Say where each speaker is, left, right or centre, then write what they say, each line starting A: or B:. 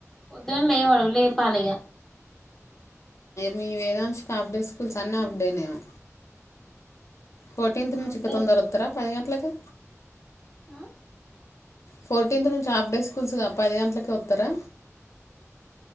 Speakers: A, in the centre; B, on the left (about 60°).
A: పొద్దుని లేవాడు లే పాలగ
B: మీ వేదాశిక అప్డే స్కూల్స్ అన్న అప్డే నేను ఫోర్టీన్త్ నుంచి
A: హాఫ్
B: ఇకా
A: డే
B: తొందర ఉత్తరా పదిహే ఎట్లాకే
A: హ
B: ఫోర్టీన్త్ నుంచి హాఫ్ డే స్కూల్స్గా పది గంటలక వస్తారా